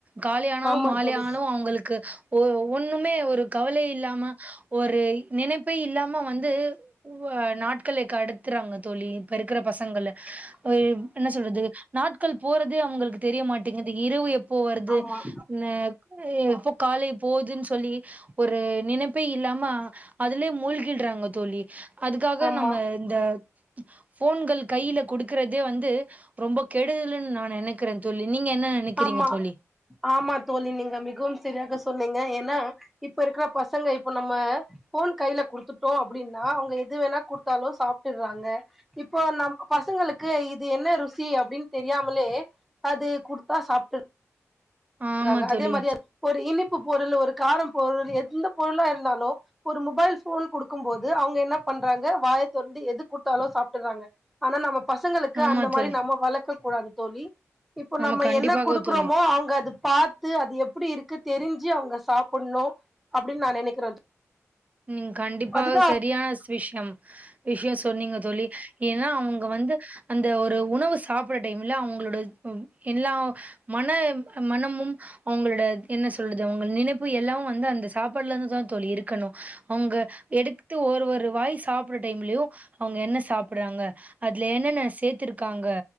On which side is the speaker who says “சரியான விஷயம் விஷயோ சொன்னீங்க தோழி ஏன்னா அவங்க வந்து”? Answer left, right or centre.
Right